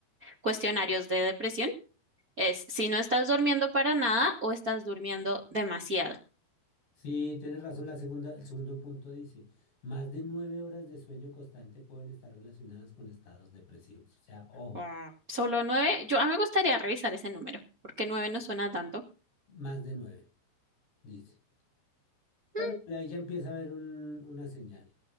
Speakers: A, on the right; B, on the left.
A: cuestionarios de depresión Es si no estás durmiendo para nada o estás durmiendo demasiado.
B: Sí, tienes razón. La segunda, el segundo punto dice, más de nueve horas de sueño constante pueden estar relacionadas con estados depresivos. O sea, ojo,
A: Mm, Solo nueve. Yo a mí me gustaría revisar ese número, porque nueve no suena tanto.
B: más de nueve, dice. Pero
A: Mm,
B: ahí ya empieza a haber un- una señal.